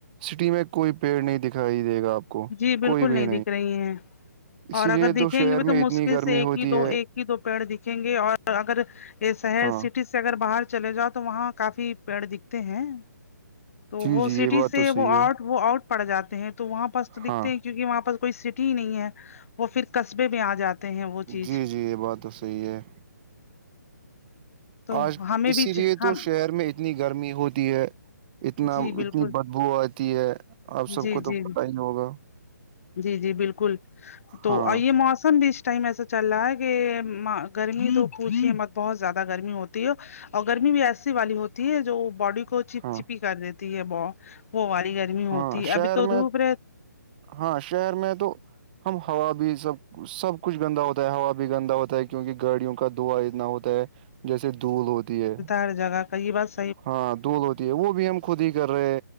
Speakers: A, on the right; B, on the left.
A: سٹی میں کوئی پیڑ نہیں دکھائی دے گا آپ کو
B: جی بالکل
A: کوئی بھی
B: نہیں دکھ رہی ہیں
A: اسی
B: اور اگر
A: لیے
B: دکھیں
A: شہر
B: گے بھی تو
A: میں
B: مشکل
A: اتنی گرمی
B: سے ایک
A: ہوتی
B: ہی دو
A: ہے
B: ایک ہی دو پیڑ دکھیں گے اور اگر یہ شہر
A: ہاں
B: سٹی سے اگر باہر چلے جاؤ تو وہاں کافی پیڑ دکھتے ہیں تو
A: جی
B: وہ
A: جی
B: سٹی
A: یہ بات
B: سے
A: تو صحیح
B: وہ آؤٹ
A: ہے
B: وہ آؤٹ پڑ جاتے ہیں تو وہاں پاس تو دکھتے
A: ہاں
B: ہیں کیونکہ وہاں پاس کوئی سٹی ہی نہیں ہے وہ پھر قصبے میں آ جاتے ہیں وہ چیز
A: جی جی یہ بات تو صحیح ہے
B: تو
A: آج
B: ہمیں
A: اسی
B: بھی
A: لیے
B: ہم
A: تو شہر میں اتنی گرمی ہوتی ہے اتنا
B: جی بالکل
A: اتنی بدبو آتی ہے آپ سب
B: جی
A: کو تو
B: جی
A: پتا ہی ہوگا
B: جی جی بالکل تو
A: ہاں
B: آئیے موسم بھی ٹائم ایسا چل رہا ہے کہ ما گرمی تو پوچھے مت بہت زیادہ گرمی ہوتی ہے اور گرمی بھی ایسی والی ہوتی ہے جو باڈی کو چپ
A: ہاں
B: چپی کر دیتی ہے بو وہ والے گرمی
A: ہاں
B: ہوتی
A: شہر
B: ابھی تو
A: میں
B: دھوپ رہ
A: ہاں شہر میں تو ہم ہوا بھی سب سب کچھ گندا ہوتا ہے ہوا بھی گندا ہوتا ہے کیوکہ گاڑیوں کا دھوا اتنا ہوتا ہے جیسے دھول ہوتی ہے
B: ہرجگہ کئی بس
A: ہاں دول ہوتی ہے وہ بھی ہم خود ہی کر رہے